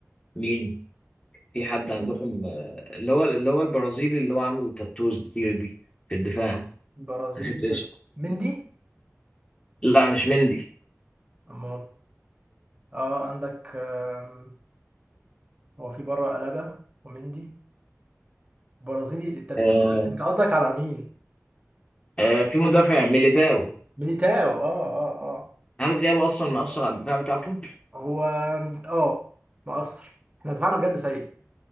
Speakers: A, on the left; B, on the right.
A: مين في حد عندكم آه، اللي هو اللي هو البرازيلي اللي هو عامل تاتوز كتير دي في الدفاع
B: برازيل
A: نسيت اسمه
B: مندي
A: لا مش مندي
B: امال اه عندك آم، هو في بره ألابا ومندي برازيلي التاتو
A: آه
B: انت قصدك على مين
A: آه في مدافع ميليتاو
B: ميليتاو اه اه اه
A: هل غيابه اصلا مأثر على الدفاع بتاعكم
B: هو اه مقصر احنا دفاعنا بجد سيء